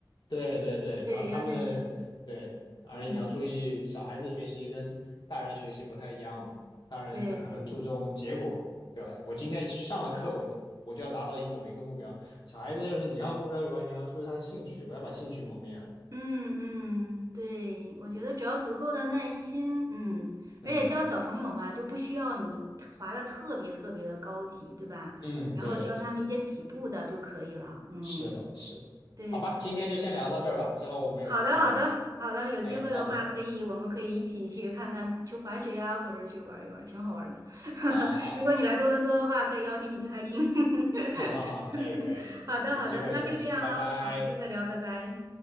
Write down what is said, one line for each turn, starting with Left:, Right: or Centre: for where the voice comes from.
Left: 对对对，
Right: 对，
Left: 然后他们的对，
Right: 要耐心。
Left: 而且你要注意，
Right: 嗯，
Left: 小孩子学习跟大人学习不太一样嘛，大人可能很注重结果，
Right: 对对。
Left: 对吧？我今天上了课，我我就要达到一某一个目标，小孩子就是你要目标以外，你还要注意他的兴趣，不要把兴趣磨灭了。
Right: 嗯嗯，对，我觉得只要足够的耐心，嗯，
Left: 嗯
Right: 而且教小朋友嘛，就不需要你滑的特别特别的高级，对吧？
Left: 嗯，
Right: 然后教他们一些起步的就可以了，
Left: 对对对，
Right: 嗯，
Left: 是的，是的，
Right: 对，
Left: 好吧，
Right: 对
Left: 今天就先聊到这儿吧，之后我们有空再聊。
Right: 好的，好的，好的，有机会的话，
Left: 哎，好的，
Right: 可以，我们可以一起去看看，去滑雪呀，或者去玩一玩，挺好玩的。<laughs>
Left: 好好
Right: 如果你来多伦多的话，可以邀请你去 hiking。
Left: 好好好，
Right: <laughs>
Left: 可以可以，嗯有机会说，
Right: 好的，好的，那就这样啊，
Left: 拜拜。
Right: 好，下次再聊，拜拜。